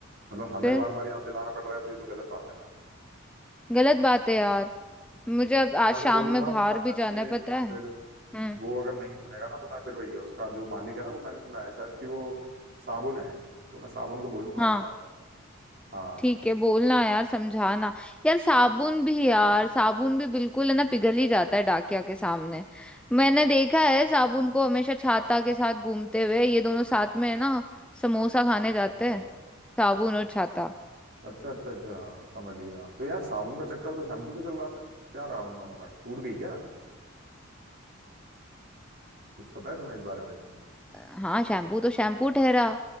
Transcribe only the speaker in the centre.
फिर
गलत बात है यार
मुझे अब आज
शाम
में बाहर
भी
जाना है पता है
हम्म
हाँ
ठीक है बोलना यार समझाना यार साबुन भी यार साबुन भी बिल्कुल है ना पिघल ही जाता है डाकिया के सामने मैंने देखा है साबुन को हमेशा छाता के साथ घूमते हुए ये दोनों साथ में है ना समोसा खाने जाते
हैं साबुन और छाता
हाँ शैम्पू तो शैम्पू ठहरा